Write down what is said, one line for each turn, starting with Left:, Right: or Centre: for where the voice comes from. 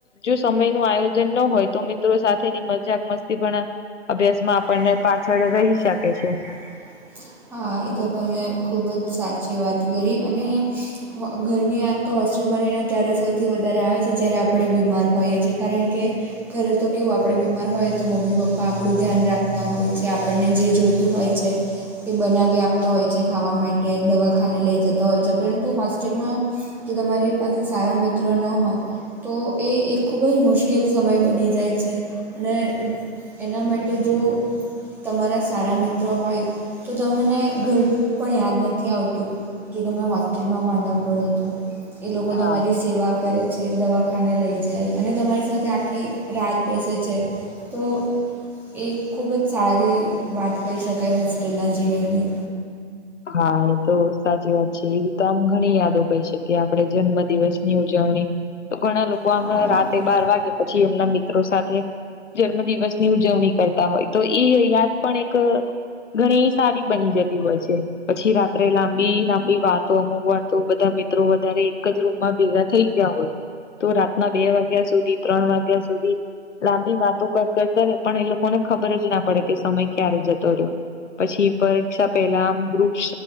Left: જો સમય નું આયોજન ન હોયતો મિત્રો સાથેની મજાક મસ્તી પણ અભ્યાસમાં
Centre: આપણને
Left: પાછળ
Centre: પાઠશાળા
Left: રહી શકે છે.
Centre: ના <unintelligible> હા, એતો તમે ખૂબ જ સાચી વાત કરી અને ઘરની યાદતો હોસ્ટેલમાં રહીને ત્યારે સૌથી વધારે આવે છે, જ્યારે આપણે બીમાર હોઈએ છીએ કારણ કે ઘરેતો કેવું આપડે બીમાર હોયતો મમ્મી- પપ્પા આપણું ધ્યાન રાખ તા હોય છે, આપણને જે જોઈતું હોય છે એ બનાવી આપતા હોય છે, ખાવા માટે દવાખાને લઈ જતા હોય છે, પરંતુ હોસ્ટેલમાં જો તમારી પાસે સારા મિત્રો ન હોય તોએ એક ખૂબ જ મુશ્કેલ સમય બની જાય છે, અને એના માટે જો તમારા સારા મિત્રો હોયતો તમને ઘર પણ યાદ નથી આવતું. કે તમે હોસ્ટેલમાં માંંદા પડો તો એ લોકો
Left: હા
Centre: તમારી સેવા કરે છે, દવાખાને લઈ જાય અને તમારી સાથે આખી રાત બેસે છે. તોએ ખૂબજ સારી વાત કહી શકાય, હોસ્ટેલના જીવનની
Left: હા એતો સાચી વાત છે, એવીતો આમ ઘણી યાદો કહી શકીએ. કે આપણે જન્મદિવસની ઉજવણી તો ઘણા લોકો
Centre: હા
Left: આમ રાતે બાર વાગે પછી એમના મિત્રો સાથે જન્મદિવસ ની ઉજવણી કરતા હોય તોએ યાદ પણ એક ઘણી સારી બની જતી હોય છે, પછી રાત્રે લાંબી લાંબી વાતો અમુક વાતો બધા મિત્રો વધારે એક જ રૂમમાં ભેગા થઈ ગયા હોય તો રાતના બે વાગ્યા સુધી ત્રણ વાગ્યા સુધી લાંબી વાતો કર કર કરે પણ એ લોકોને ખબર જ ના પડે કે સમય ક્યારે જતો રયો. પછી પરીક્ષા પેલા આમ ગ્રુપ